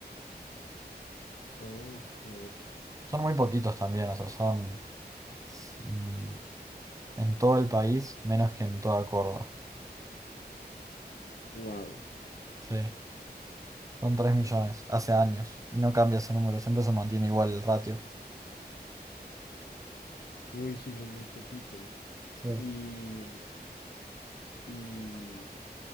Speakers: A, on the left; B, on the right.
A: Ok.
B: Son muy poquitos también, o sea, son s- mm, en todo el país menos que en toda Córdoba.
A: Wow.
B: Sí, son 3 millones, hace años, y no cambia ese número, siempre se mantiene igual el ratio.
A: Uy, sí, son muy poquitos.
B: Sí.
A: Y, y,